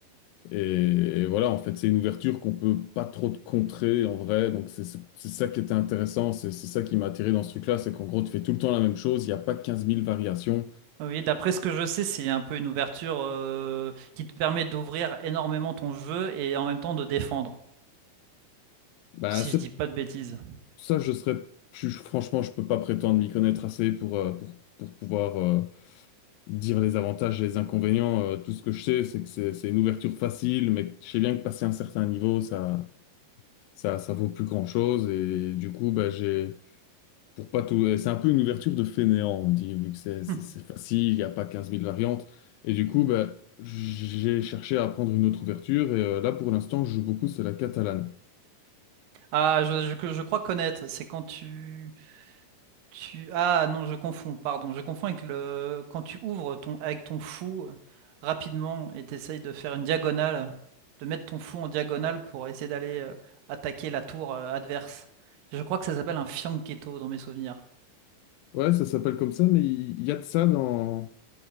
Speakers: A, on the left; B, on the right.
A: Et, et voilà, en fait, c'est une ouverture qu'on peut pas trop te contrer en vrai. Donc, c'est c'est- c'est ça qui était intéressant. C'est c'est ça qui m'a attiré dans ce truc-là. C'est qu'en gros, tu fais tout le temps la même chose. Il n'y a pas quinze mille variations.
B: Oui, d'après ce que je sais, c'est un peu une ouverture euh, qui te permet d'ouvrir énormément ton jeu et en même temps de défendre,
A: Bah,
B: si
A: c'est-
B: je dis pas de bêtises.
A: ça, je serais. je- je- franchement, je peux pas prétendre m'y connaître assez pour, euh, pour, pour pouvoir euh, dire les avantages et les inconvénients. Euh, tout ce que je sais, c'est que c'est c'est une ouverture facile, mais je sais bien que passer un certain niveau, ça, ça, ça vaut plus grand-chose. Et du coup, bah, j'ai. Pour pas tout... C'est un peu une ouverture de fainéant, on dit, vu que c'est c'est-
B: Hmm.
A: c'est facile, il n'y a pas quinze mille variantes. Et du coup, ben j'ai cherché à prendre une autre ouverture. Et euh, là, pour l'instant, je joue beaucoup, c'est la catalane.
B: Ah, je, je- que je crois connaître, c'est quand tu... Tu... Ah non, je confonds, pardon. Je confonds avec le... Quand tu ouvres ton... avec ton fou euh, rapidement et t'essayes de faire une diagonale, de mettre ton fou en diagonale pour essayer d'aller euh, attaquer la tour euh, adverse. Je crois que ça s'appelle un fianchetto dans mes souvenirs.
A: Ouais, ça s'appelle comme ça, mais il y a de ça dans,